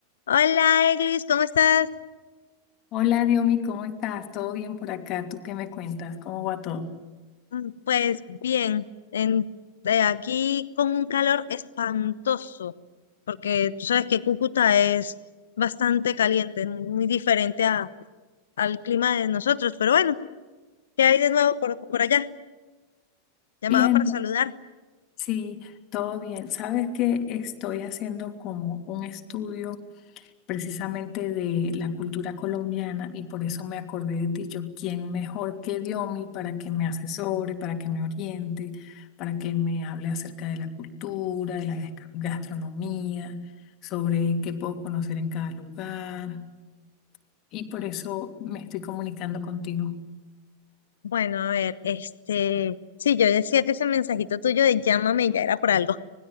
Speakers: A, on the left; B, on the left.
A: Hola, Eglis, ¿cómo estás?
B: Hola, Diomi, ¿cómo estás? ¿Todo bien por acá? ¿Tú qué me cuentas? ¿Cómo va todo?
A: Mm, Pues bien, en- de aquí con un calor espantoso, porque tú sabes que Cúcuta es bastante caliente, muy diferente a- al clima de nosotros, pero bueno, ¿qué hay de nuevo por, por allá? Llamaba
B: Bien,
A: para
B: todo-
A: saludar.
B: sí, todo bien. Sabes que estoy haciendo como un estudio precisamente de la cultura colombiana y por eso me acordé de ti. Yo, ¿quién mejor que Diomi para que me asesore, para que me oriente, para que me hable acerca de la cultura, de la gasca- gastronomía, sobre qué puedo conocer en cada lugar? Y por eso me estoy comunicando contigo.
A: Bueno, a ver, este, sí, yo decía que ese mensajito tuyo de llámame ya era por algo.